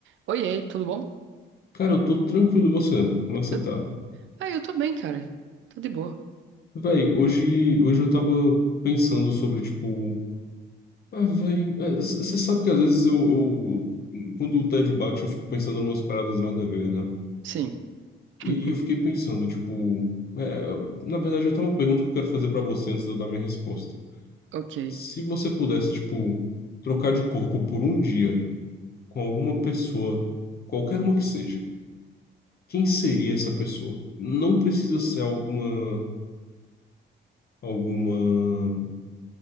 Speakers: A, on the right; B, on the left.
A: Oiê, tudo bom?
B: Cara, eu tô tranquilo, e você? Como é que você
A: Eu...
B: tá?
A: Ah, eu tô bem, cara. Tô de boa.
B: Véi, hoje, hoje eu tava pensando sobre, tipo. Ah, véi, você sabe que às vezes eu, eu- Quando o tédio bate, eu fico pensando em umas paradas nada a ver, né?
A: Sim, <laughs>
B: E, e eu fiquei pensando, tipo. é, na verdade, eu tenho uma pergunta que eu quero fazer pra você antes de eu dar minha resposta.
A: ok.
B: Se você pudesse, tipo, trocar de corpo por um dia com alguma pessoa, qualquer uma que seja, quem seria essa pessoa? Não precisa ser alguma. Alguma.